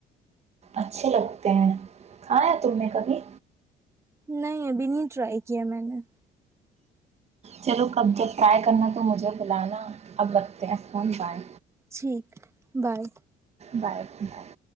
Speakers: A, on the right; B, on the right.
A: اچھے لگتے ہیں کھایا تم نے کبھی
B: نہیں ابھی نہیں ٹرائی کیا میں نے
A: چلو کب جب ٹرائی کرنا تو مجھے بلانا اب رکھتے ہیں کون بائے
B: ٹھیک بائے
A: بائے بائے